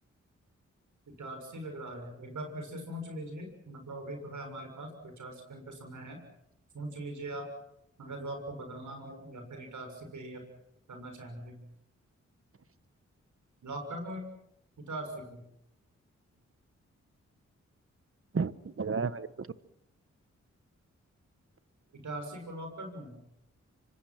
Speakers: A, on the right; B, on the right.
A: इटारसी लग रहा है एक बार फिर से सोच लीजिए मतलब अभी तो है हमारे पास दो चार सेकंड का समय है सोच लीजिए आप अगर जो आपको बदलना हो या फिर इटारसी पे ही आप करना चाहेंगे लॉक कर दूं इटारसी को
B: लग रहा है मेरे को।
A: इटारसी को लॉक कर दूं